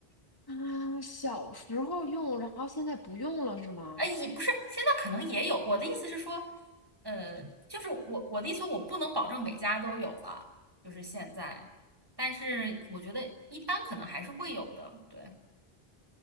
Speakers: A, on the left; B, on the right.
A: 啊，小时候用，然后现在不用了是吗？
B: 哎，也不是，现在可能也有。我的意思是说，呃，就是我我的意思，我不能保证每家都有了，就是现在，但是我觉得一般可能还是会有的。对，